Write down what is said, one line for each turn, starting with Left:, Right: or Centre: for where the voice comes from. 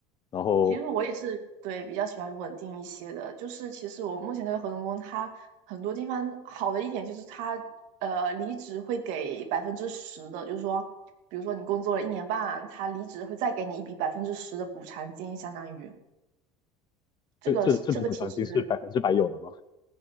Left: 然后
Right: 其实我也是对比较喜欢稳定一些的，就是其实我目前这个合同工，他很多地方好的一点就是他呃离职会给百分之十的，就是说，比如说你工作了一年半，他离职会再给你一笔百分之十的补偿金，相当于这个这个其实
Left: 这这这笔补偿金是百分之百有的吗？